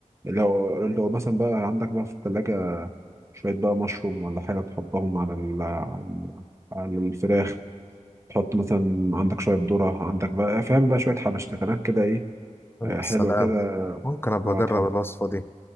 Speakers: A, on the right; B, on the left.
A: لو لو مثلا بقى عندك بقى في التلاجة شوية بقى مشروم ولا حاجة تحطهم على ال على ال- على الفراخ تحط مثلا عندك شوية ذرة عندك بقى فاهم بقى شوية حبشتكنات كده ايه آه، حلوة
B: سلام
A: كده
B: ممكن أبقى
A: اه
B: أجرب
A: تحط
B: الوصفة دي